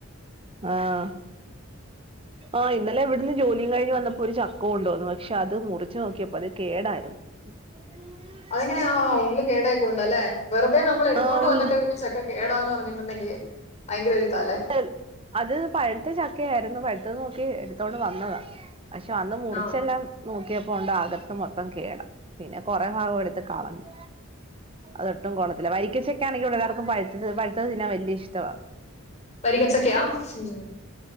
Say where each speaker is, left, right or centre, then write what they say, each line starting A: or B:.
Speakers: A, on the right; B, on the left.
A: ആഹ് ആഹ് ഇന്നലെ ഇവിടുന്ന് ജോലിം കഴിഞ്ഞ് വന്നപ്പോ ഒരു ചക്ക കൊണ്ടു വന്നു പക്ഷെ അത് മുറിച്ച് നോക്കിയപ്പോ അത് കേടാര്ന്നു <unintelligible>
B: അതങ്ങനെയാ ഉള്ള് കേടായി പോയിണ്ടല്ലേ വെറ്തെ നമ്മളെടുത്തോണ്ട്
A: ആഹ് ഉള്ള്
B: വന്നിട്ട് പിന്നെ ചക്ക കേടാന്നറിഞ്ഞ്ട്ട്ണ്ടെങ്കി ഭയങ്കരൊരുതാല്ലേ
A: എൽ അത് പഴ്ത്ത ചക്കയായിരുന്നു പഴ്ത്തത് നോക്കി എടുത്തോണ്ട് വന്നതാ പഷെ വന്ന് മുറിച്ചെല്ലാം
B: ആ
A: നോക്കിയപ്പോ ഒണ്ട് അകത്ത് മൊത്തം കേടാ പിന്നെ കൊറെ ഭാഗം എടുത്ത് കളഞ്ഞു അദട്ടും കൊള്ളത്തില്ല വരിക്കച്ചക്ക്യാണെങ്കി ഇവിടെല്ലാർക്കും പഴ്ത്തത് പഴ്ത്തത് തിന്നാൻവല്യ ഇഷ്ടവാ
B: വരിക്ക ചക്കയാ ഉം